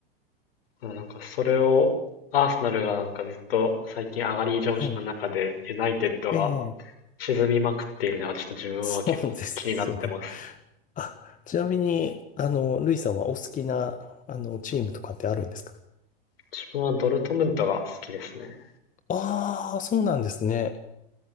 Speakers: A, on the left; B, on the left.
A: でもなんかそれをアーセナルがなんかずっと最近上がり調子の中でユナイテッドが
B: はい。ええ、
A: 沈みまくっているのがちょっと自分は結構気になってます。
B: そうですね。あ、ちなみに、あの、ルイさんはお好きな、あの、チームとかってあるんですか
A: 自分はドルトムントが好きですね。
B: ああー、そうなんですね。